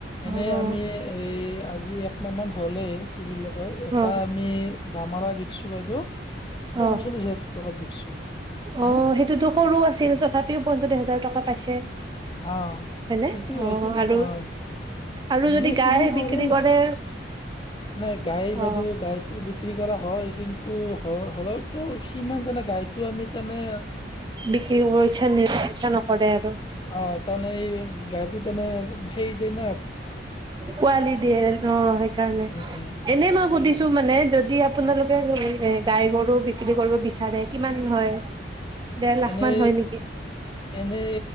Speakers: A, on the left; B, on the right.
A: এনে
B: অ'
A: আমি এই আজি একমাহান হ'লেই কি বুলি কয় এটা
B: অ'
A: আমি দামৰাই বিকছু বাইদেউ পঞ্চল্লিশ
B: অঁ
A: হাজাৰ টকাত বিকছো। হয়নে
B: অঁ সেইটোতো সৰু আছিল তথাপিও পঞ্চল্লিছ হাজাৰ টকা পাইছে
A: অঁ
B: হয়নে
A: কিন্তুি
B: অ
A: অঁ
B: আৰু আৰু যদি
A: নে
B: গাই
A: সিমান সৰু
B: বিক্ৰী
A: নাছিল
B: কৰে
A: নাই গাই
B: অ
A: বাইদেউ গাইতো বি বিক্ৰী কৰা হয় কিন্তু হলে তেওঁ সিমান যোনে গাইতটো আমি তাৰানে
B: বিকি গৈছে নি প নক আৰু আৰু
A: অঁ তাৰমানে এই গাইটো তাৰমানে সেই যেনে
B: পোৱালি দিয়ে ন সেইকাৰণে
A: উম, উম।
B: এনেই মই
A: দে
B: সুধিছো মানে যদি আপোনালোকে এ গাই গৰু বি বিক্ৰী কৰিব বিচাৰে কিমান হয়। দেৰ লাখ
A: এনে
B: মান হয় নেকি
A: এনে।